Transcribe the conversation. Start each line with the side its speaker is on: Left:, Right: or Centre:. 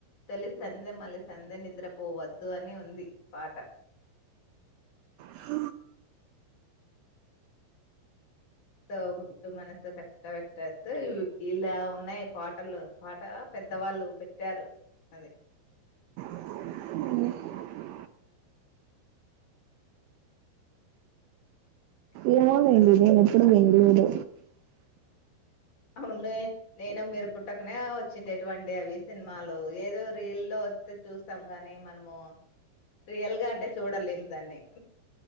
Left: తొలి సందే మలి సంధే నిద్రపోవద్దు అని ఉంది పాట
Right: హ
Left: తోబుట్టు మనసు కష్ట పెట్టద్దు ఇలా ఉన్నాయి పాటలు పాట పెద్ద పెద్దవాళ్ళు పెట్టారు అది
Right: అ
Left: ఏం
Right: ఏమో
Left: చేస్తున్నారు
Right: వండి నేను ఎప్పుడు వండిడు
Left: అవునులే నేను మీరు పుట్టకనే వచ్చిండేటువంటి అవి సినిమాలు ఏదో రీల్ల్లో వస్తే చూస్తాం గాని మనము రియల్గా అంటే చూడలేం దాన్ని